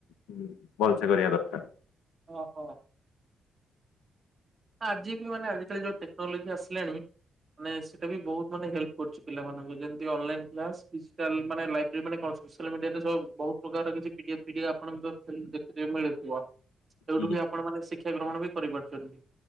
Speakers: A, on the left; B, on the right.
A: ଉଁ ଭଲସେ କରିବା ଦରକାର।
B: ଓ ହୋ। ଆଜି ବି ମାନେ ଆଜିିକାଲି ଯୋଉ ଟେକ୍ନୋଲୋଜି ଆସିଲାଣି। ମାନେ ସେଇଟା ବି ବହୁତ ମାନେ ହେଲ୍ପ କରୁଛି ପିଲମାନଙ୍କୁ ଯେମିତି ଅନଲାଇନ୍ କ୍ଲାସ୍ ଡିଜିଟାଲ ମାନେ ଲାଇବ୍ରେରି ମାନେ କଣ। ସୋସିଆଲ ମିଡିଆରେ ସବୁ ବହୁତ ପ୍ରକାର କିଛିିି P D F P D F ଆପଣ ବି ତ ଥିଲ ଦେଖୁଥିବେ ମିଳୁଥିବ। ସେଉଠୁ
A: ହୁଁ
B: ବି ଆପଣ ମାନେ ଶିକ୍ଷା ଗ୍ରହଣ ବି କରିପାରୁଛନ୍ତି